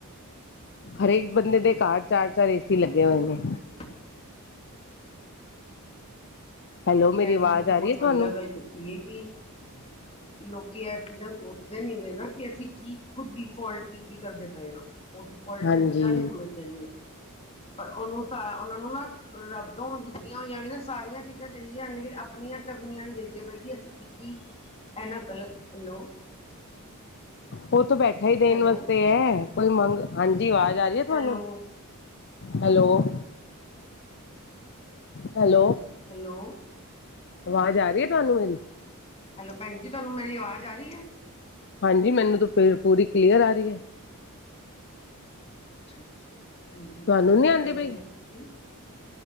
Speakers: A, on the left; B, on the left.
A: ਹਰੇਕ ਬੰਦੇ ਦੇ ਘਰ ਚਾਰ ਚਾਰ ਏਸੀ ਲੱਗੇ
B: ਹੂ
A: ਹੋਏ ਨੇ।
B: <unintelligible>
A: ਹੈਲੋ, ਮੇਰੀ
B: ਇਹ
A: ਆਵਾਜ਼
B: ਤਾਂ ਤੁਸੀਂ
A: ਆ
B: ਬਹੁਤ
A: ਰਹੀ ਹੈ
B: ਵਧੀਆ
A: ਤੁਹਾਨੂੰ?
B: ਗੱਲ ਕੀਤੀ ਹੈ ਕਿ
A: <inaudible>
B: ਲੋਕੀ ਇਹ ਚੀਜ਼ਾਂ ਸੋਚਦੇ ਨੀ ਨੇ ਨਾ ਕਿ ਅਸੀਂ ਕੀ ਖੁਦ ਡੀ ਫੋਲਟ ਕੀ ਕੀ ਕਰਦੇ ਪਏ ਹਾਂ। ਉਹ ਡਿਫੋਲਟਰ
A: ਹਾਂਜੀ।
B: ਚੀਜ਼ਾਂ ਨਹੀਂ ਸਮਝਦੇ ਨੇ ਪਰ ਉਹਨੂੰ ਸਾਰਾ ਉਹਨਾਂ ਨੂੰ ਨਾ ਰੱਬ ਤੋਂ ਦਿੱਤੀਆਂ ਹੋਈਆਂ ਵੀ ਨਾ ਸਾਰੀਆਂ ਚੀਜ਼ਾਂ ਕਈ ਜਾਣਗੇ ਆਪਣੀਆਂ ਕਰਨੀਆਂ ਨੂੰ ਦੇਖਦੇ ਪਏ ਕਿ ਅਸੀਂ ਕੀ ਕੀ ਇਹਨਾਂ ਗਲਤ ਹੈਲੋ
A: ਉਹ ਥਾਂ ਬੈਠਾ ਹੀ ਦੇਣ
B: ਹੈਲੋ
A: ਵਾਸਤੇ ਹੈ ਕੋਈ ਮੰਗ ਹਾਂਜੀ ਆਵਾਜ਼ ਆ ਰਹੀ ਹੈ ਤੁਹਾਨੂੰ
B: ਹੈਲੋ
A: ਹੈਲੋ ਹੈਲੋ
B: ਹੈਲੋ
A: ਆਵਾਜ਼ ਆ ਰਹੀ ਹੈ ਤੁਹਾਨੂੰ ਮੇਰੀ
B: ਹੈਲੋ ਭੈਣ ਜੀ ਤੁਹਾਨੂੰ ਮੇਰੀ ਆਵਾਜ਼ ਆ ਰਹੀ ਹੈ।
A: ਹਾਂਜੀ ਮੈਨੂੰ ਤਾਂ ਪੂਰੀ ਕਲੀਅਰ ਆ ਰਹੀ ਹੈ।
B: ਅੱਛਾ -ਅੱਛਾ
A: ਤੁਹਾਨੂੰ
B: ਫਿਰ
A: ਨੀ
B: ਕੀ
A: ਆਉਂਦੀ
B: ਕਹਿੰਦੇ
A: ਪਈ?
B: ਵੇ ਫਿਰ ਤੁਸੀਂ